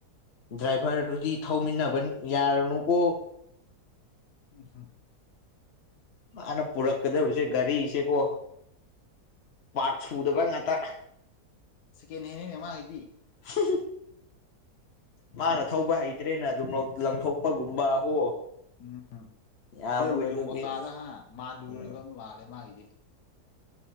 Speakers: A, on the left (about 50°); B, on the left (about 80°).
A: ꯗ꯭ꯔꯥꯏꯚꯔꯗꯨꯗꯤ ꯊꯧꯃꯤꯟꯅꯕ ꯌꯥꯔꯅꯨꯀꯣ
B: <inaudible>
A: ꯃꯥꯅ ꯄꯨꯔꯛꯀꯗꯕꯁꯦ ꯒꯥꯔꯤꯁꯦꯀꯣ ꯄꯥꯠ ꯁꯨꯗꯕ ꯉꯥꯛꯇ
B: ꯁꯦꯀꯦꯟ ꯍꯦꯟꯅꯤꯅꯦ ꯃꯒꯤꯗꯤ
A: ꯍꯨꯝ ꯍꯝ ꯃꯥꯅ ꯊꯧꯕ ꯍꯩꯇ꯭ꯔꯦꯅ ꯑꯗꯨꯝ ꯂꯧ ꯂꯪꯊꯣꯛꯄꯒꯨꯝꯕ ꯀꯣ
B: ꯎꯝ
A: ꯌꯥꯝꯅ
B: ꯍꯣꯏꯕꯨ ꯌꯨ
A: ꯑꯗꯨꯒꯤ
B: ꯀꯣꯇꯥꯗ ꯍꯥ ꯃꯥꯥꯟꯂꯨꯔꯕ
A: ꯎꯝ
B: ꯃꯥꯜꯂꯦ ꯃꯥꯒꯤꯗꯤ